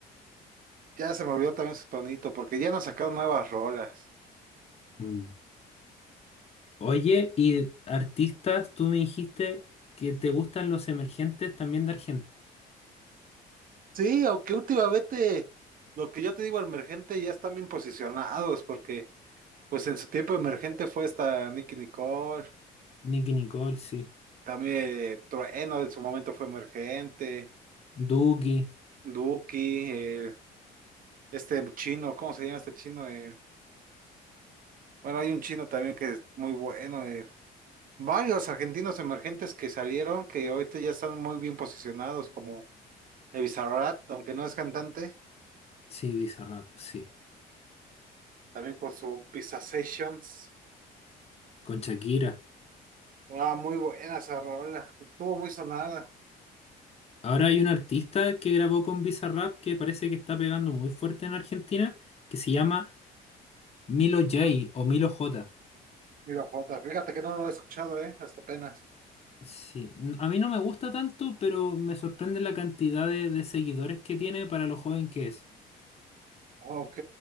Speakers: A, on the right; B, on the left.
A: Ya se me olvidó también su tonito, porque ya no sacaron nuevas rolas.
B: Mm. Oye, y artistas, tú me dijiste que te gustan los emergentes también de Argentina.
A: Sí, aunque últimamente lo que yo te digo, emergente, ya están bien posicionados, porque. Pues en su tiempo emergente fue esta Nicki Nicole,
B: Nicki Nicole, sí.
A: también eh, Trueno en su momento fue emergente,
B: Duki,
A: Duki, eh, este chino, ¿cómo se llama este chino? Eh, bueno, hay un chino también que es muy bueno. eh. Varios argentinos emergentes que salieron, que ahorita ya están muy bien posicionados, como el Bizarrap, aunque no es cantante,
B: sí, Bizarrap, sí.
A: también con su Pizza Sessions.
B: Con Shakira.
A: Ah, muy buena esa rola, estuvo muy sonada.
B: Ahora hay un artista que grabó con Bizarrap que parece que está pegando muy fuerte en Argentina, que se llama Milo J o Milo J.
A: Mira, Jota, fíjate que no lo he escuchado, eh, hasta apenas.
B: Sí, n- a mí no me gusta tanto, pero me sorprende la cantidad de, de seguidores que tiene para lo joven que es.
A: Ah, Ok.